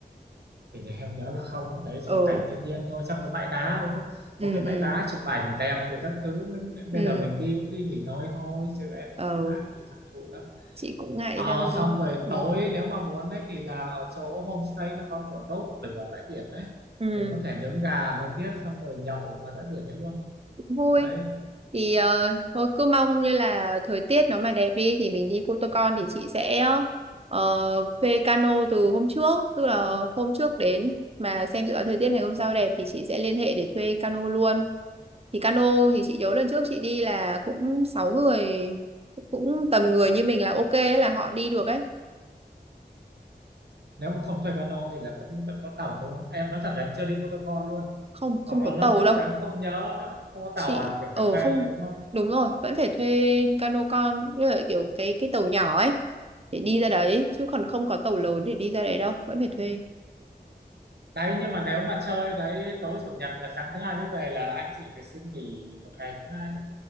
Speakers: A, on the right; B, on the right.
A: thì nhà em nhớ là không ở đấy
B: Ờ,
A: chỉ có cảnh thiên nhiên thôi chắc có bãi đá đúng không có
B: ừ
A: cái bãi
B: ừ
A: đá chụp ảnh đẹp rồi các thứ Mình-
B: ừ,
A: bây giờ mình đi cũng đi nghỉ ngơi thôi chứ em
B: ờ,
A: cũng ngại đi thẳng thú lắm
B: chị cũng ngại
A: ờ
B: đi thăm thú.
A: xong rồi
B: Ừ.
A: tối nếu mà muốn ấy thì là ở chỗ homestay nó có kiểu đốt lửa bãi biển đấy
B: Ừ.
A: mình có thể nướng gà nướng kiếc xong rồi nhậu ở ngoài bãi biển đấy luôn
B: vui
A: đấy
B: thì ờ, thôi cứ mong như là thời tiết nó mà đẹp đi thì mình đi cô tô con thì chị sẽ ờ, thuê cano từ hôm trước tức là hôm trước đến mà xem dự báo thời tiết ngày hôm sau đẹp thì chị sẽ liên hệ để thuê cano luôn thì cano thì chị nhớ lần trước chị đi là cũng sáu người cũng tầm người như mình là ok ấy, là họ đi được ấy
A: nếu mà không thuê cano thì là vẫn vẫn có tàu đúng không em nói thật là em chưa đi Cô Tô Con luôn
B: không không
A: hoặc là
B: có
A: lâu
B: tàu
A: lắm
B: đâu
A: rồi em không nhớ nữa không có
B: chị
A: tàu là kiểu
B: ờ
A: phải thuê
B: không
A: ra đúng không
B: đúng rồi vẫn phải thuê cano con như là kiểu cái cái tàu nhỏ ấy để đi ra đấy chứ còn không có tàu lớn để đi ra đấy đâu vẫn phải thuê
A: đấy nhưng mà nếu mà chơi đấy tối chủ nhật là sáng thứ hai mới về là anh chị phải xin nghỉ một ngày thứ hai đấy